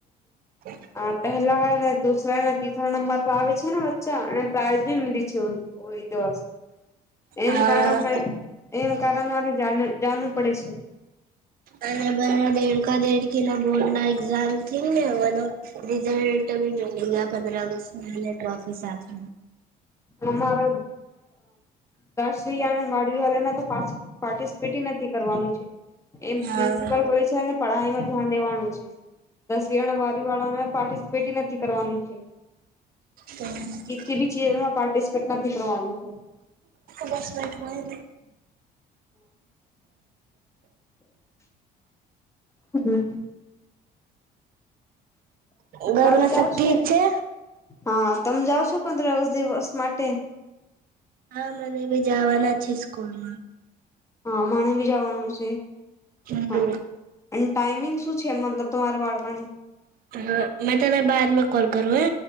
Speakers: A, on the right (about 60°); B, on the left (about 15°).
A: <unintelligible>
B: આ પહેલા ને દુસરા અને તીસરા નંબર પર આવે છે ને બચ્ચા અને પ્રઇઝ બી મીલી છે ઓઈ દિવસ
A: હા
B: એમ કારણ એમ કારણ મારે જાનુ જાણવું પડે છે.
A: અને બ દેડકા દેડકી બોર્ડ ના એક્ઝામ થઇ ને હોવાનું રિઝલ્ટ પંદરહ અગસ્ત ટ્રોફી સાથે
B: અમારો દસને વાલે ને પાર્ટિસિપેટ નથી કરવાનું છે એમ
A: હા
B: પ્રિન્સિપલ બોલે છે અને પઢાઈમાં ધ્યાન દેવાનું છે દસવી બારવી વાળા પાર્ટિસપેટ નથી કરવાનું છે.
A: તો
B: કીસીબી ચીજમાં પાર્ટિસપેટ નથી કરવાનું છે.
A: બસ લેટ હોય
B: હમ
A: ઘરમાં
B: તમે જાવ
A: સબ ઠીક
B: છો
A: છે?
B: હા તમે જાઓ છો પંદર વસ દિવસ માટે?
A: હા મને ભી જવાના છે સ્કૂલ માં.
B: હા મને બી જાવાનું છે
A: હમ્મ
B: હા. અને ટાઈમિંગ શું છે મતલબ તમારા બાળકાની.
A: હ મેં ત ના બાદમાં કોલ કરું હે.